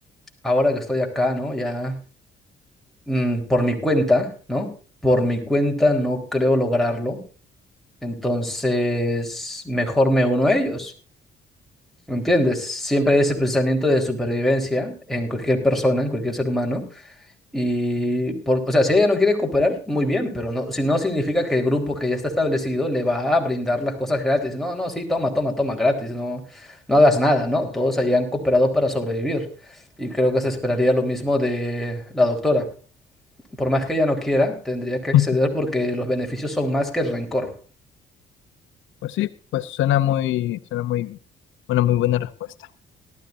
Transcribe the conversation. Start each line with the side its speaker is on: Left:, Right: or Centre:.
Centre: ahora que estoy acá, ¿no? Ya mm, por mi cuenta, ¿no? Por mi cuenta no creo lograrlo, entonces mejor me uno a ellos, ¿me entiendes? Siempre hay ese pensamiento de supervivencia en cualquier persona, en cualquier ser humano, y por, o sea, si ella no quiere cooperar, muy bien, pero no, si no significa que el grupo que ya está establecido le va a brindar las cosas gratis, no, no, sí, toma, toma, toma, gratis, no, no hagas nada, ¿no? Todos hayan cooperado para sobrevivir, y creo que se esperaría lo mismo de la doctora por más que ella no quiera, tendría que acceder
Left: <laughs>
Centre: porque los beneficios son más que el rencor.
Left: Pues sí, pues suena muy, suena muy, una muy buena respuesta.